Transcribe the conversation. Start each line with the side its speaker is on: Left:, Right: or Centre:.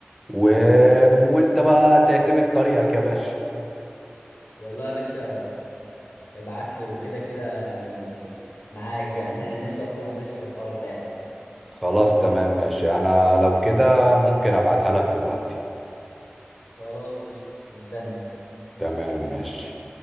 Centre: و... وأنت بقى تعتمد طريقك يا باشا
Left: <laughs> والله يا باشا ابعت لي وكده كده يعني معاك يعني <laughs> انا نفسي اصلا اخش في الحوار ده يعني
Centre: خلاص تمام ماشي أنا لو كده ممكن أبعتها لك دلوقتي
Left: خلاص قشطه مستني
Centre: تمام ماشي